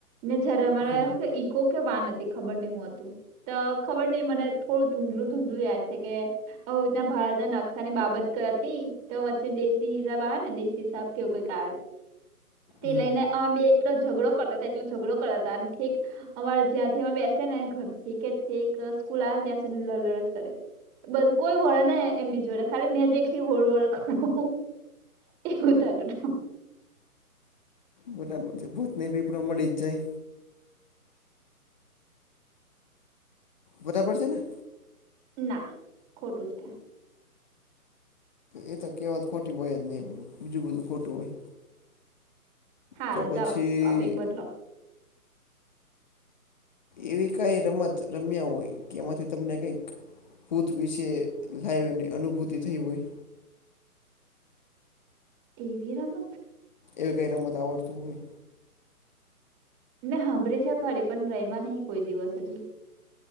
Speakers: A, on the right; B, on the left.
A: ને જયારે અમારા
B: હમ
A: કો કે વાન હતી ખબર નહિ હું હતું તો ખબર નહિ મને થોડું ધૂંધલું ધૂંધલું યાદ છે કે હ ત્યાં ભારતના નકશા ની બાબત હતી તો વચ્ચે દેશી હિસાબ આવે ને દેશી હિસાબ કેવું કઈક આવે તે
B: હમ
A: લઈને અમે બે એટલો ઝઘડો કરતા હતા એટલો ઝઘડો કરતા હતા અને ઠીક અમારે જ્યાં થી અમે બેસે ને ઘર થીઠીક સ્કૂલ આવે ને ત્યાં સુધીડ બધું કોઈ વળણ એમની જોડે ખાલી મેં જેટલી વળ વળ કરું. ઉતટ ન
B: બરાબર છે ભૂત નને પીપડો મળી જ જાય બરાબર છે ને, !
A: ના ખોટું છે.
B: એ તો કેવત ખોટી હોય જ નહી બીજું બધું ખોટું હોય.
A: સારું
B: તો પછી
A: ચાલો ટોપિક બદલો
B: એવી કઈ રમત રમ્યા હોય કે એમાંથી તમને કંઈક ભૂત વિશે લાઈવની અનુભૂતિ થઈ હોય.
A: એવી રમત.
B: એવી કઈ રમત આવડતું હોય.
A: ના સાંભળી છે ખરે પણ રહીમાં નહી કોઈ દિવસ હજી.